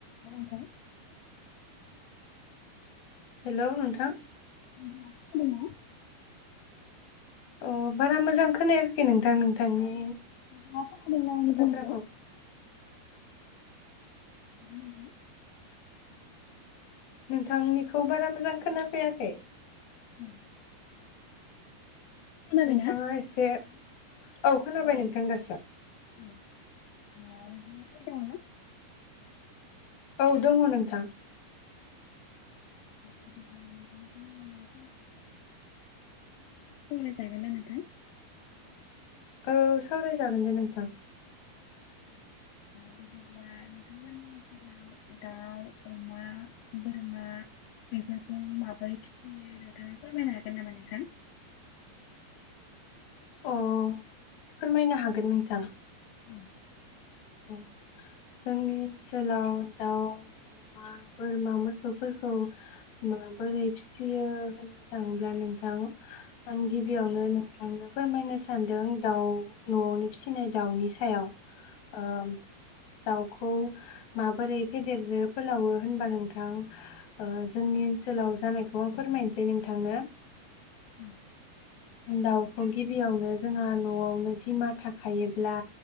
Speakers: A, on the left (about 80°); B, on the left (about 60°).
A: हेल' नोंथां
B: हेल' नोंथां।
A: नोंथाङा खोनादों ना?
B: अ बारा मोजां खोनायाखै नोंथां नोंथांनि
A: नोंथाङा खोनादोंना आंनि
B: बाथ्राखौ
A: बुंनायखौ? हेल' नोंथां
B: नोंथांनिखौ बारा मोजां खोनाफैयाखै।
A: औ खोनाबायना?
B: नोंथाङा एसे औ खोनाबाय नोंथां दासो।
A: औ ओ नोंथाङा फ्रि दङ ना?
B: औ दङ नोंथां।
A: बिदिब्ला नोंथांजों आङो सावराय जागोन ना नोंथां?
B: औ सावरायजागोन दे नोंथां।
A: बिदिला नोंथांमोननि ओनसोलाव दाउ अमा बोरमा बेफोरखौ माबोरै फिसियो नोंथाङा फोरमायनो हागोन नामा नोंथां?
B: अ फोरमायनो हागोन नोंथां।
A: औ
B: जोंनि ओनसोलाव दाउ अमा बोरमा मोसौफोरखौ माबोरै फिसियो होननो थाङोब्ला नोंथां आं गिबियावनो नोंथांनो फोरमायनो सानदों दाउ न'आवनो फिसिनाय दाउनि सायाव
A: औ
B: ओ दाउखौ माबोरै फेदेरो फोलावो होनबा नोंथां ओ जोंनि ओनसोलाव जानायखौ आं फोरमायनोसै नोंथांनो।
A: औ
B: दाउ गिबियावनो जोंहा न'आवनो बिमा थाखायोब्ला